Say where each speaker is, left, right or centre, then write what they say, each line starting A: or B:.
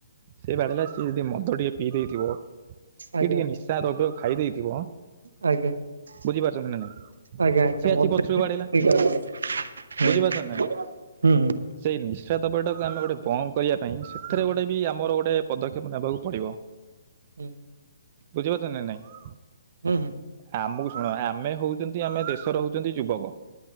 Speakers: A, on the right (about 35°); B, on the right (about 80°).
A: ସେ ବାଡ଼େଇ ଲା ସିଏ ଯଦି ମଦ ଟିକେ ପିଇ ଦେଇଥିବ କି
B: ଆଜ୍ଞା।
A: ଟିକେ ନି ସା ଦରବ୍ୟ ଖାଇ ଦେଇଥିବ।
B: ଆଜ୍ଞା, ଆଜ୍ଞା
A: ବୁଝିପାରୁଛନ୍ତି ନା ନାଇଁ
B: ଆଜ୍ଞା। <unintelligible>
A: ସିଏ ଆସି ପଛରୁ ବାଡେଇଲା
B: ହୁଁ, ହୁଁ
A: ବୁଝିପାରୁଛନ୍ତି ନା ନାଇଁ
B: ହୁଁ।
A: ସେଇ ନିଶା ଦ୍ରବ୍ୟ ଟାକୁ ଆମେ ଗୋଟେ ବନ୍ଦ କରିବା ପାଇଁ ସେଥିରେ
B: ହୁଁ
A: ଗୋଟେ ବି ଆମର ଗୋଟେ ପଦକ୍ଷେପ ନେବାକୁ ପଡ଼ିବ।
B: କୁହ।
A: ବୁଝିପାରୁଛ ନାଁ ନାଇଁ।
B: ହୁଁ ହୁଁ।
A: ଆମକୁ ଶୁଣ ଆମେ ହେଉଛନ୍ତି ଆମେ ଦେଶର ହେଉଛନ୍ତି ଯୁବକ।